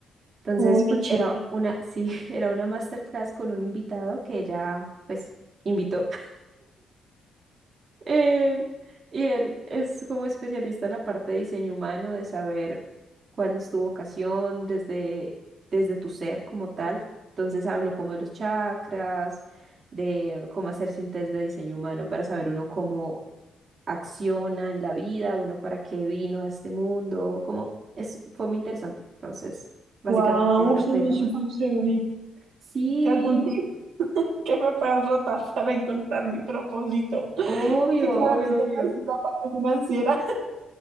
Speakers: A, on the right; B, on the right.
A: Entonces,
B: Uy,
A: pues
B: qué chévere.
A: era una, sí, <laughs> era una masterclass con un invitado que ella, pues, invitó. Eh, y él es como especialista en la parte de diseño humano, de saber cuál es tu vocación desde, desde tu ser como tal. Entonces hablo como de los chakras, de cómo hacerse un test de diseño humano para saber uno cómo acciona en la vida, uno para qué vino a este mundo, como es, fue muy interesante. Entonces, básicamente
B: Wow,
A: esa
B: suena
A: fue la
B: súper
A: maestra.
B: chévere.
A: Sí,
B: ¿Es que algún tip <laughs> que me puedas rotar para encontrar mi propósito?
A: obvio,
B: Que claramente
A: obvio, obvio.
B: no es la parte financiera.